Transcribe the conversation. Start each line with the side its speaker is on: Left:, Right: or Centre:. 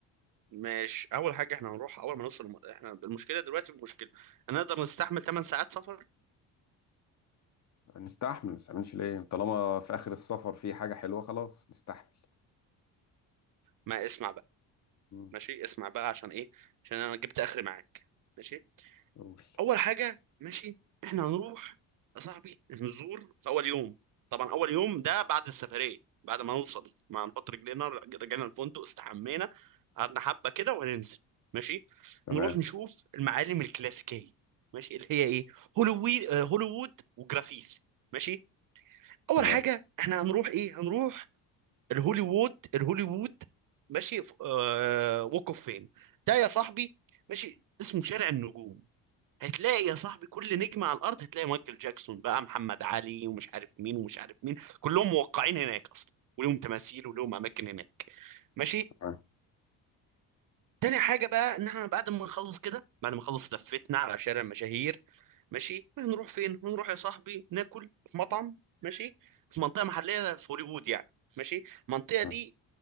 Right: ماشي اول حاجه احنا هنروح اول ما نوصل الم- احنا المشكله دلوقتي المشكله هنقدر نستحمل 8 ساعات سفر
Left: نستحمل ما نستحملش ليه طالما في آخر السفر في حاجة حلوة خلاص نستحمل
Right: ما اسمع بقى
Left: مم.
Right: ماشي اسمع بقى عشان ايه عشان انا جبت اخري معاك ماشي
Left: قول
Right: اول حاجه ماشي احنا هنروح يا صاحبي نزور في اول يوم طبعا اول يوم ده بعد السفريه بعد ما نوصل ما نحط رجلينا رجعنا الفندق استحمينا قعدنا حبه كده وهننزل ماشي
Left: تمام
Right: هنروح نشوف المعالم الكلاسيكيه ماشي اللي هي ايه هوليوود هوليوود وجرافيث ماشي اول
Left: تمام
Right: حاجه احنا هنروح ايه هنروح الهوليوود الهوليوود ماشي ف- آه ووك اوف فيم ده يا صاحبي ماشي اسمه شارع النجوم هتلاقي يا صاحبي كل نجم على الارض هتلاقي مايكل جاكسون بقى محمد علي ومش عارف مين ومش عارف مين كلهم موقعين هناك اصلا ولهم تماثيل ولهم اماكن هناك ماشي
Left: تمام
Right: تاني حاجة بقى إن إحنا بعد ما نخلص كده بعد ما نخلص لفتنا على شارع المشاهير ماشي هنروح فين؟ هنروح يا صاحبي ناكل في مطعم ماشي في منطقة محلية في هوليوود يعني ماشي المنطقة
Left: تمام.
Right: دي